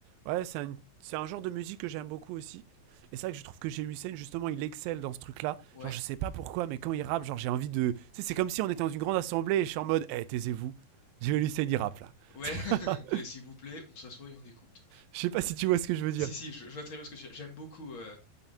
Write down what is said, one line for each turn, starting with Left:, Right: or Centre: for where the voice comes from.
Right: Ouais, c'est un, c'est un genre de musique que j'aime beaucoup aussi. Et c'est vrai que je trouve que chez Lucien, justement, il excelle dans ce truc-là.
Left: Ouais,
Right: Genre, je sais pas pourquoi, mais quand il rappe, genre, j'ai envie de. Tu sais, c'est comme si on était dans une grande assemblée et je suis en mode, eh, taisez-vous. Je vais Lucien, il rappe là.
Left: ouais, <laughs>
Right: <laughs>
Left: et s'il vous plaît, on s'assoit et on écoute.
Right: Je sais pas si tu vois ce que je veux dire.
Left: Si, si, je, je vois très bien ce que tu... J'aime beaucoup. euh,